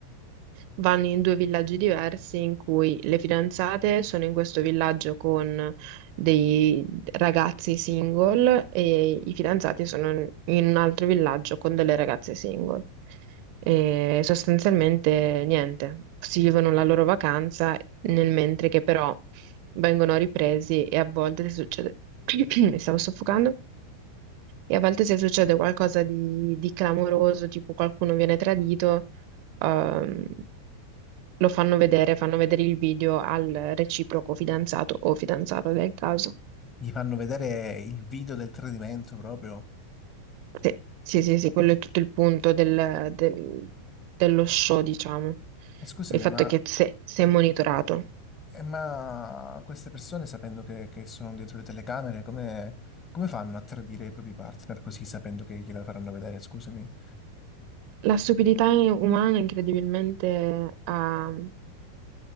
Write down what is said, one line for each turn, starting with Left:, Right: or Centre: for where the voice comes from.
Right: vanno in due villaggi diversi in cui le fidanzate sono in questo villaggio con dei ragazzi single e i fidanzati sono in un altro villaggio con delle ragazze single. E sostanzialmente niente, si vivono la loro vacanza nel mentre che però vengono ripresi e a volte succede, <clears throat> mi stavo soffocando, e a volte se succede qualcosa di, di clamoroso, tipo qualcuno viene tradito, ehm, lo fanno vedere, fanno vedere il video al reciproco fidanzato o fidanzata del caso.
Left: Gli fanno vedere il video del tradimento proprio.
Right: Sì, sì, sì, sì, quello è tutto il punto del- del- dello show, diciamo.
Left: E scusami,
Right: Il fatto
Left: ma,
Right: è che se, se è monitorato.
Left: eh, ma queste persone, sapendo che, che sono dietro le telecamere, come, come fanno a tradire i propri partner così, sapendo che gliela faranno vedere? Scusami.
Right: La stupidità umana incredibilmente ha-